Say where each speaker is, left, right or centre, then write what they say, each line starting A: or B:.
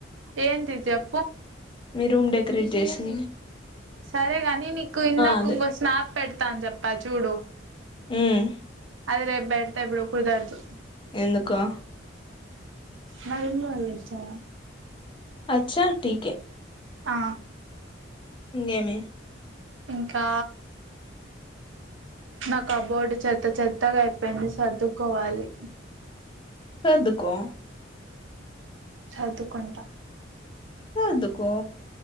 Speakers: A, on the right (about 80°); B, on the left (about 25°).
A: ఏంటి జెప్పు
B: మీ రూమ్ డెకరేట్ చేసి
A: సరే గాని నీకు ఇందాక
B: అదే
A: ఇంగో స్నాప్ పెడ్ తాన్ జెప్పా చూడు
B: హ్మ్
A: అది రేప్ పెడతా ఇప్పుడు కుదరదు
B: ఎందుకో
A: మా రూమ్ లో వాళ్ళు వచ్చా
B: అచ్చా టి కే
A: ఆ
B: గేమి
A: ఇంకా నా కబోర్డు చెత్త చెత్తగా అయిపోయింది సర్దుకోవాలి
B: సర్దుకో
A: సర్దుకుంట
B: సర్దుకో